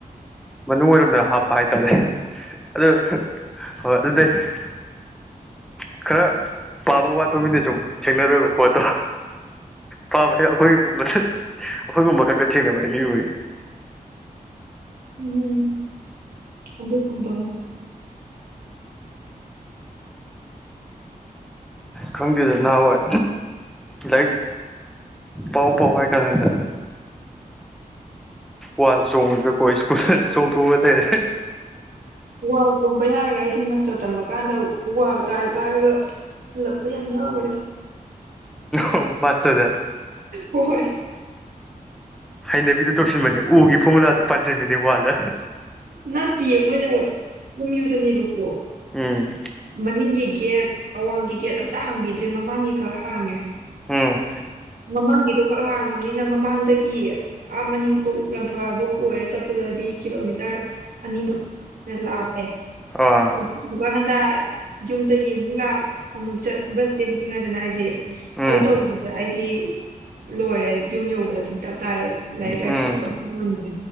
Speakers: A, in the centre; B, on the right (about 80°).
A: ꯃꯅꯨꯡ ꯑꯣꯏꯔꯝꯅ ꯍꯥꯞꯄ ꯍꯥꯏꯇꯥꯔꯦ ꯑꯗꯣ <unintelligible> ꯈꯔ ꯄꯥꯕ ꯋꯥꯠꯄ ꯃꯤꯅ ꯁꯨꯝ ꯊꯦꯡꯅꯔꯣꯏꯕ ꯄꯣꯠꯇꯣ ꯄꯥꯕꯁꯦ ꯑꯩꯈꯣꯏꯒꯨꯝꯕꯅ ꯑꯩꯈꯣꯏꯒꯨꯝꯕ ꯈꯛꯇ ꯊꯦꯡꯅꯕꯅꯦ ꯃꯤꯒꯨꯝꯕ
B: ꯎꯝꯝ ꯑꯗꯨꯒꯨꯝꯕ ꯑꯃ
A: ꯈꯪꯗꯦꯗ ꯅꯍꯥꯟꯋꯥꯏ ꯂꯥꯏꯔꯤꯛ ꯄꯥꯎ ꯄꯥꯎ ꯍꯥꯏꯀꯥꯟꯗꯅ ꯋꯥꯜ ꯆꯣꯡꯉꯒꯀꯣ ꯁ꯭ꯀꯨꯜ ꯆꯣꯡꯊꯣꯛꯑꯒ ꯂꯩꯔꯦ
B: ꯋꯥꯜ ꯆꯣꯡꯕꯩ ꯍꯥꯏꯔꯒ ꯑꯩꯗꯤ ꯃꯁꯇꯔ ꯇꯝꯃ ꯀꯥꯟꯗ ꯎ ꯋꯥꯜ ꯀꯥꯔ ꯀꯥꯏꯔꯒ ꯍꯂꯛꯄꯥ ꯌꯥꯝ ꯌꯥꯎꯒ꯭ꯔꯦꯗ
A: ꯑꯣ ꯃꯥꯁꯇꯔꯗ
B: ꯍꯣꯏ
A: ꯍꯩꯅꯕꯤꯗꯨ ꯇꯧꯁꯤꯟꯕꯅꯦ ꯎꯒꯤ ꯐꯣꯔꯃꯨꯂꯥꯗ ꯄꯥꯟꯁꯤꯟꯕꯅꯦ ꯋꯥꯜꯗ
B: ꯅꯠꯇꯦ ꯃꯣꯏꯅ ꯑꯝꯌꯨꯝ ꯗꯅꯦꯕꯀꯣ
A: ꯎꯝ
B: ꯃꯅꯤꯡꯒꯤ ꯒꯦꯠ ꯑꯋꯥꯡꯒꯤ ꯒꯦꯠ ꯑꯝꯇ ꯍꯥꯡꯕꯤꯗ꯭ꯔꯦ ꯃꯃꯥꯡꯒꯤ ꯈꯛ ꯍꯥꯡꯉꯦ
A: ꯎꯝ
B: ꯃꯃꯥꯡꯒꯤꯗꯣ ꯈꯛ ꯍꯥꯡꯉꯕꯅꯤꯅ ꯃꯃꯥꯡꯗꯒꯤ ꯑꯥ ꯃꯅꯤꯡꯐꯧ ꯂꯪꯊꯕꯥꯜꯐꯧ ꯀꯣꯏꯔ ꯆꯠꯄꯗꯨꯗꯤ ꯀꯤꯂꯣꯃꯤꯇꯔ ꯇꯔ ꯑꯅꯤꯃꯨꯈꯥꯢ ꯍꯦꯟꯅ ꯂꯥꯞꯄꯦ
A: ꯑꯣ
B: ꯑꯗꯨꯗꯨꯒ ꯍꯟꯒꯠ <inaudible> ꯖꯟꯗ ꯌꯨꯝꯗꯒꯤ ꯑꯃꯨꯛ ꯂꯥꯛ ꯑꯃꯨꯛ ꯆꯠ ꯕꯁ ꯆꯦꯟꯗ꯭ꯔꯤꯉꯩꯗꯅ ꯍꯥꯏꯁꯦ
A: ꯎꯝ
B: ꯑꯗꯨ ꯇꯧꯕꯗꯗꯤ ꯑꯩꯗꯤ ꯂꯣꯏꯔꯦ ꯌꯨꯝ ꯌꯧꯕꯗꯗꯤ ꯇꯞ ꯇꯥꯔꯦ ꯂꯥꯏꯔꯤꯛ
A: ꯎꯝ
B: ꯂꯥꯏꯁꯨ ꯇꯧꯕ ꯉꯝꯗ꯭ꯔꯦ